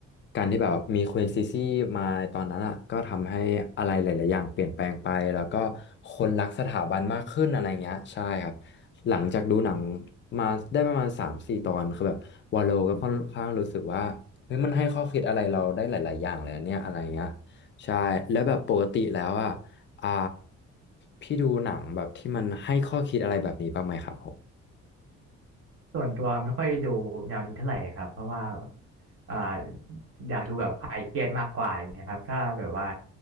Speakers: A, on the left (about 40°); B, on the right (about 45°).
A: การที่แบบมีควีนซีซี่มาตอนนั้นอ่ะก็ทำให้อะไรหลายๆอย่างเปลี่ยนแปลงไปแล้วก็คนรักสถาบันมากขึ้นอะไรเงี้ยใช่ครับหลังจากดูหนังมาได้ประมาณสามถึงสี่ตอนคือแบบวาโลก็ค่อนข้างรู้สึกว่าเฮ้ยมันให้ข้อคิดอะไรเราได้หลายๆอย่างเลยอะเนี่ยอะไรเงี้ยใช่แล้วแบบปกติแล้วอ่ะอ่าพี่ดูหนังแบบที่มันให้ข้อคิดอะไรแบบนี้บ้างไหมครับผม
B: ส่วนตัวไม่ค่อยดูแนวนี้เท่าไหร่ครับเพราะว่าอ่าอยากดูแบบคลายเครียดมากกว่าอย่างเงี้ยครับถ้าแบบว่า